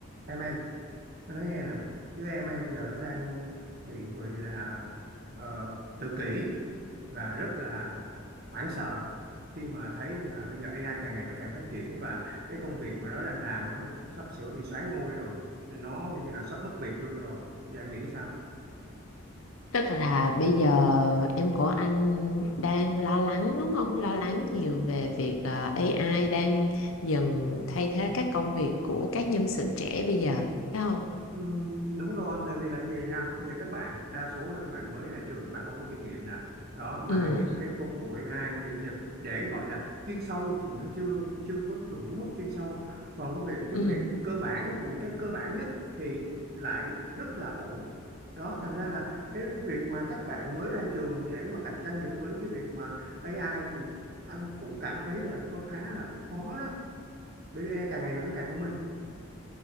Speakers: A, on the right; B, on the left.
A: em em anh nói nghe nè đứa em em giờ nó đang bị gọi là ờ, tự kỷ và rất là hoảng sợ khi mà thấy rằng là bây giờ AI càng ngày nó càng phát triển và cái công việc mà nó đang làm nó sắp sửa bị soán ngôi rồi nó gần như là sắp mất việc luôn rồi giờ em nghĩ sao
B: Tức là bây giờ em của anh đang lo lắng đúng không? Lo lắng nhiều về việc ờ, AI đang dần thay thế các công việc của các nhân sự trẻ bây giờ, phải không?
A: Ừ, đúng rồi tại vì là gì nè bây giờ các bạn đa số là các bạn mới ra trường các bạn không có kinh nghiệm nè đó mà
B: Ừ,
A: những cái công cụ AI thì bây giờ để gọi là chuyên sâu thì nó chưa chưa có đủ mức chuyên sâu còn về cái
B: ừ.
A: việc cơ bản thì những cái cơ bản nhất thì lại rất là ổn đó thành ra là cái việc mà các bạn mới ra trường để mà cạnh tranh được với cái việc mà AI thì anh cũng cảm thấy là khá là khó đó bởi vì AI càng ngày nó càng thông minh